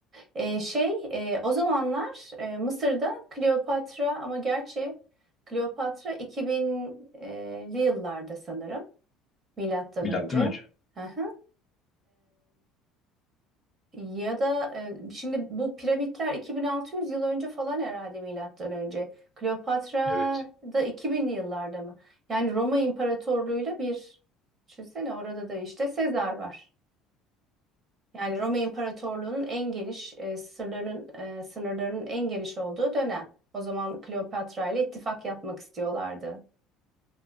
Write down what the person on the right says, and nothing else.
E, şey e, o zamanlar e, Mısır'da Kleopatra ama gerçi Kleopatra 2000'li yıllarda sanırım. Milattan
önce.
Hı hı. Ya da e, şimdi bu piramitler 2600 yıl önce falan herhalde milattan önce. Kleopatra
da 2000'li yıllarda mı? Yani Roma İmparatorluğu'yla bir. Düşünsene orada da işte Sezar var. Yani Roma İmparatorluğu'nun en geniş e, sırlarının e, sınırlarının en geniş olduğu dönem. O zaman Kleopatra ile ittifak yapmak istiyorlardı.